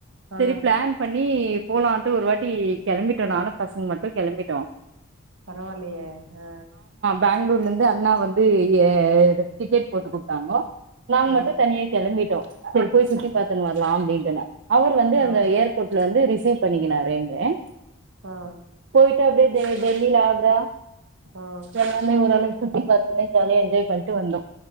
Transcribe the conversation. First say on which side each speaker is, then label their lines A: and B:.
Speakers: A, on the right; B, on the right.
A: ஆ
B: செரி ப்ளான் பண்ணி போலான்ட்டு ஒரு வாட்டி கெளம்பிட்டோ நானு பசங்க மட்டு கெளம்பிட்டோ
A: பரவால்லயே அ
B: பேங்ளூர்லந்து அண்ணா வந்து எ டிக்கெட் போட்டு குடுத்தாங்கோ நாங்க
A: ஆ ஆ
B: மட்டு தனியே கெளம்பிட்டோ சேர் போய் சுத்தி பாத்துனு வரலா அப்டின் அவரு வந்து அந்த
A: ஆ
B: ஏர் போட்ல வந்து ரிசீவ் பண்ணிக்கினாரு எங்களய
A: ஆ
B: போய்ட்டு அப்டியே டெ டெல்லில ஆக்ரா
A: ஆ
B: எல்லாமே ஓரளவுக்கு சுத்தி பாத்து ஜாலியா என்ஜாய் பண்ட்டு வந்தோ